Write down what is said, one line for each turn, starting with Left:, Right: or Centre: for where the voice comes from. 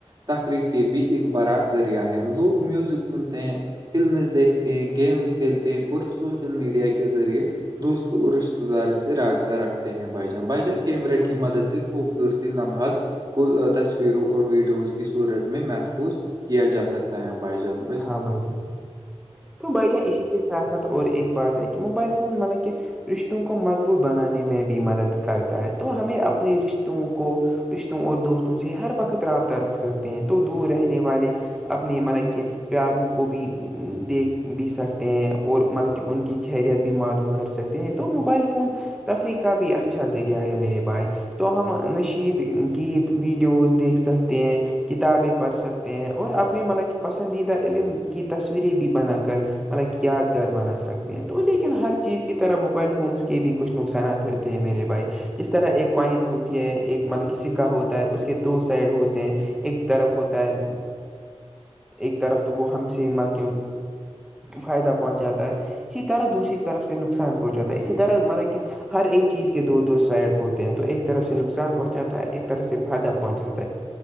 Right: تفریح کے بھی ایک بڑا ذریعہ ہے لوگ میوزک سنتے ہیں فلمز دیکھتے ہیں گیمز کھیلتے ہیں اور سوشل میڈیا کے ذریعے دوستوں اور رشتتے داروں سے رابطہ رکھتے ہیں بائی جان بائیجان کیمرہ
Centre: ہاں
Right: کی
Centre: بھائی
Right: مدد
Centre: جان
Right: سے خوبصورتی لمحات کو تصویروں اور ویڈیوز کی صورت میں محفوظ کیا جا سکتا ہے بھائی جان
Centre: ہاں بھائی جان تو بھائی جان اسی کے سات سات اور ایک بات ہے کہ موبائل فون مطلب کہ رشتوں کو مضبوط بنانے میں بھی مدد کرتا ہے تو ہمیں اپنے رشتوں کو رشتوں اور دوستوں سے ہر وقت رابطہ رکھ سکتے ہیں تو دور رہنے والے آپنی مان گے پیاروں کو بھی دیکھ بھی سکتے ہیں اور بلکہ ان کی خیریت بھی معلوم کر سک س تو موبائل فون تفریح کا بھیی اچھا ذریعہ ہے میرے بائے تو ہم نشید گیت ویڈیوز دیکھ سکتے ہیں کتابیں پڑھ سکتے ہیں اور اپنے ملب پسندیدہ علم کی تصویریں بھی بنا کر <unintelligible> مطلب یادگار بنا سکتے ہیں تو لیکن ہر چیز کی طرح موبائل فونس کے بھی کچھ نقصانات ہوتے ہیں میرے بھائی جس طرح ایک کوائن ہوتی ہے ایک مطلب کہ سکہ ہوتا ہے اس کے دو سائڈ ہوتے ہیں ایک طرف ہوتا ہے ایک طرف تو وہ ہم سے ہی ملک فائدہ پہنچاتا ہے اسی طرح دوسری طرف سے نقصانہنچا ہے اسی طرح مطلب کہ ہر ایک چیز کے دو دو سائڈ ہوتے ہیں تو ایک طرف سے نقصان پہنچاتا ہے ایک طرف سے فائدہ پہنچاتا